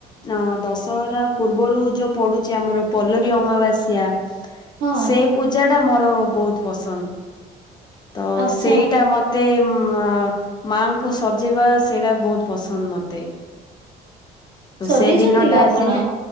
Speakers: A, on the left (about 25°); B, on the right (about 75°).
A: ଅ ଦଶହରା ପୂର୍ବରୁ ଯୋଉ ପଡୁଛି ଆମର ପଲୋରୀ ଅମାବାସ୍ୟା।
B: ହଁ
A: ସେ ପୂଜା ଟା ମୋର ବହୁତ ପସନ୍ଦ ତ।
B: ଆଚ୍ଛା।
A: ସେଇଟା ମତେ ମ ମ ମାଙ୍କୁ ସଜେଇବା ସେଇଟା ବହୁତ ପସନ୍ଦ ମତେ। ତ
B: ସଜେଇଛନ୍ତି
A: ସେ ଦିନ
B: କି
A: ଟା
B: ଆପଣ?
A: ଆସିଲେ।